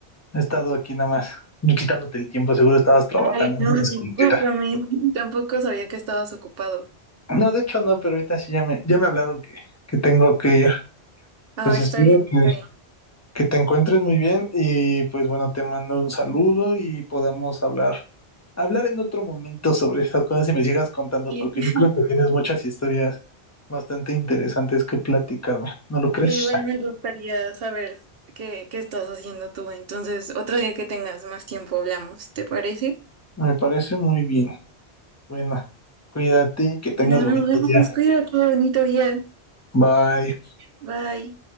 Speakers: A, on the left (about 15°); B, on the right (about 65°).
A: He estado aquí nada más, yo quitándote el tiempo, seguro estabas trabajando,
B: Ay,
A: una
B: no, discúlpame.
A: disculpita.
B: <laughs> Tampoco sabía que estabas ocupado.
A: No, de hecho no, pero ahorita sí ya me, ya me hablaron que, que tengo que ir.
B: Ah,
A: Pues espero
B: está bien,
A: que,
B: está bien.
A: que te encuentres muy bien y pues bueno, te mando un saludo y podamos hablar, hablar en otro momento sobre estas cosas y me sigas contando,
B: Y-
A: porque
B: <laughs>
A: yo creo que tienes muchas historias bastante interesantes que platicarme. ¿No lo crees?
B: Sí, igual me gustaría saber qué, qué estás haciendo tú. Entonces, otro día que tengas más tiempo hablamos, ¿te parece?
A: Me parece muy bien. Bueno, cuídate y que tengas
B: Bueno,
A: bonito
B: nos vemos.
A: día.
B: Cuídate, bonito día.
A: Bye.
B: Bye.